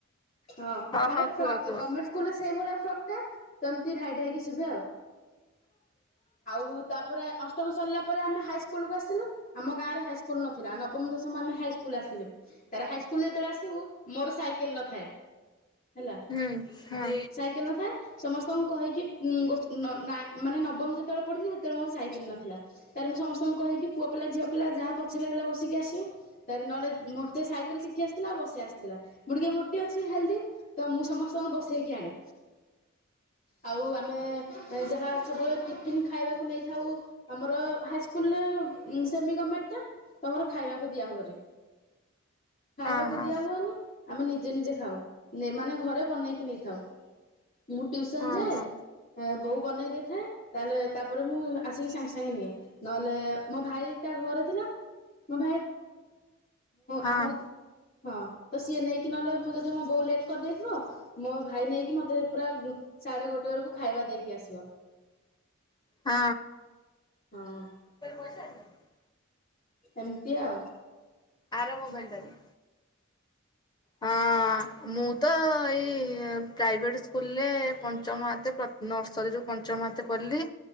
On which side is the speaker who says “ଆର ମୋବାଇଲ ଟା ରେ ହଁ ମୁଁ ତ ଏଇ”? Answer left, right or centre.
Left